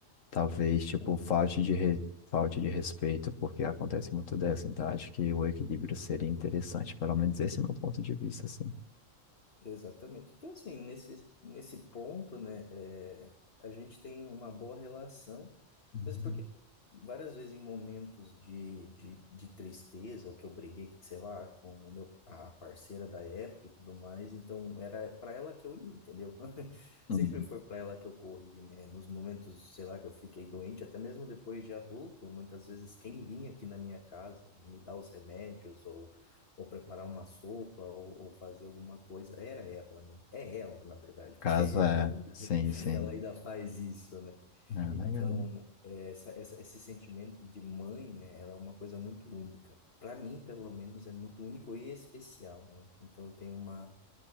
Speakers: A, on the left; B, on the left.
A: talvez tipo
B: Então,
A: falte de re... falte de respeito, porque acontece muito dessa, então acho que o equilíbrio seria interessante, pelo menos esse é o meu ponto de vista, assim.
B: Exatamente. Então, assim, nesse, nesse ponto, né, é, a gente tem uma boa relação,
A: Uhum.
B: mesmo porque várias vezes em momentos de, de, de tristeza, ou que eu briguei, sei lá, com o meu, a parceira da época e tudo mais, então era para ela que eu ia, entendeu? <laughs>
A: Uhum.
B: Sempre foi para ela que eu corri, né? Nos momentos, sei lá, que eu fiquei doente, até mesmo depois de adulto, muitas vezes quem vinha aqui na minha casa me dar os remédios ou ou preparar uma sopa, ou, ou fazer alguma coisa. Era ela, né? É ela, na verdade,
A: Casa,
B: porque
A: é,
B: <laughs> ela ainda,
A: sim, sim.
B: ela ainda faz isso, né?
A: Ah,
B: Então,
A: legal.
B: é, essa, essa- esse sentimento de mãe, né? Ela é uma coisa muito única. Para mim, pelo menos, é muito único e especial, né? Então, eu tenho uma,